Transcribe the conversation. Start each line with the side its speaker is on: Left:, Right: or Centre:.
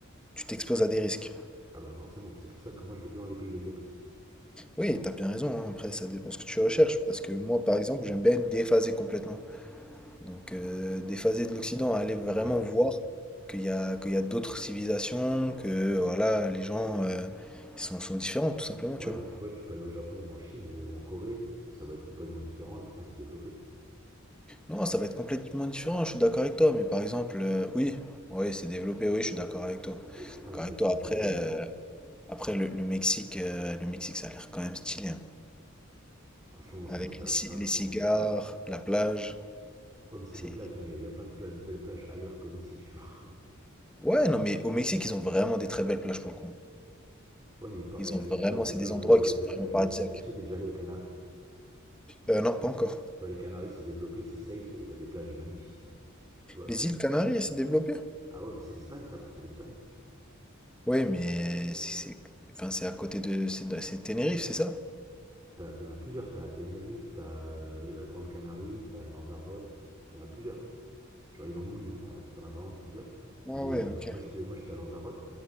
Centre: tu t'exposes à des risques.
Right: Ah bah forcément, c'est pour ça que moi je vais que dans les pays développés.
Centre: Oui, t'as bien raison, hein. Après, ça dépend ce que tu recherches, parce que moi, par exemple, j'aime bien être déphasé complètement. Donc, euh, déphasé de l'Occident, aller vraiment
Right: Ouais,
Centre: voir qu'il y a, qu'il y a d'autres civilisations, que voilà, les gens euh, ils sont, sont différents, tout simplement, tu
Right: ouais,
Centre: vois.
Right: mais tu vois, tu peux aller au Japon ou en Chine et, ou en Corée, ça va être complètement différent et pourtant c'est développé.
Centre: Non, ça va être complètement différent, je suis d'accord avec toi, mais par exemple, euh, oui, oui, c'est développé, oui, je suis d'accord avec toi.
Right: Et pourtant
Centre: D'accord
Right: ils ont pas
Centre: avec
Right: la
Centre: toi,
Right: même
Centre: après,
Right: culture.
Centre: euh, après le, le Mexique, euh, le Mexique, ça a l'air quand même stylé, hein.
Right: Franchement, moi
Centre: Avec
Right: ça m'intéresse
Centre: les, ci-
Right: pas trop.
Centre: les cigares,
Right: hein.
Centre: la plage,
Right: Ouais, mais ça,
Centre: c'est
Right: des plages, hein, il y, a- y a plein de, pla- de belles plages ailleurs qu'au Mexique, tu vois.
Centre: Ouais, non, mais au Mexique, ils ont vraiment des très belles plages pour le coup.
Right: Ouais, mais il paraît
Centre: Ils
Right: que
Centre: ont vraiment,
Right: tu vois, il y a
Centre: c'est
Right: plein
Centre: des
Right: d'endroits
Centre: endroits
Right: où il y a
Centre: qui
Right: des
Centre: sont
Right: belles
Centre: vraiment
Right: plages.
Centre: paradisiaques.
Right: Est-ce que t'es déjà allé aux Canaries
Centre: Euh, non, pas encore.
Right: Tu vois, les Canaries c'est développé, c'est safe et t'as des plages magnifiques, tu vois.
Centre: Les îles Canaries, elles s'est développée?
Right: Ah ouais, bah c'est l'Espagne, ça appartient à l'Espagne.
Centre: Oui, mais c'est, c'est- enfin, c'est à côté de, c'est de- c'est Tenerife, c'est ça?
Right: T'as- T'en as as plusieurs, t'as Tenerife, t'as euh, la Grande Canarie, t'as Lanzarote, t'en as plusieurs. Genre, j'en oublie, hein, t'en- as vraiment plusieurs. Mais
Centre: Ah ouais,
Right: euh,
Centre: ok.
Right: moi, j'étais, moi, j'étais à Lanzarote.